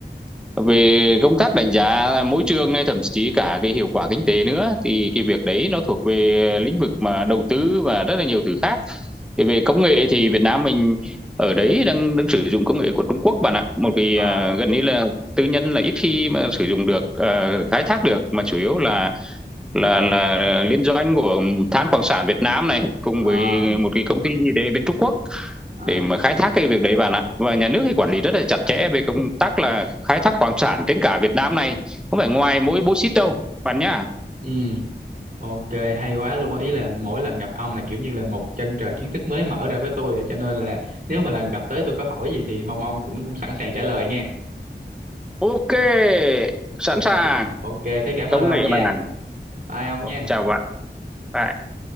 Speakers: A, in the centre; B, on the right.
A: về công tác đánh giá mỗi trường thậm chí cả cái hiệu quả kinh tế nữa thì cái việc đấy nó thuộc về lĩnh vực mà đầu tư và rất là nhiều thứ khác thì về công nghệ thì Việt Nam mình ở đấy đang đang sử dụng công nghệ của Trung Quốc bạn ạ một cái
B: ờ
A: à, gần như là tư nhân là ít khi mà sử dụng được à, khai thác được mà chủ yếu là là là liên doanh của than khoáng sản Việt Nam này cùng
B: ờ
A: với một cái công ty gì đấy bên Trung Quốc
B: ờ
A: để mà khai thác cái việc đấy bạn ạ và nhà nước thì quản lý rất là chặt chẽ về công tác là khai thác khoáng sản trên cả Việt Nam này không phải ngoài mỗi bố xít đâu bạn nhá
B: ừ ok hay quá luôn á. ý là mỗi lần gặp ông là kiểu như là một chân trời kiến thức mới mở ra với tôi à. cho nên là nếu mà lần gặp tới tôi có hỏi gì thì mong ông cũng cũng sẵn sàng trả lời nghe.
A: ok sẵn
B: Ok
A: sàng
B: ok thế cảm
A: công
B: ơn ông
A: nghệ
B: nha.
A: mà
B: Bye ông nha.
A: chào bạn bye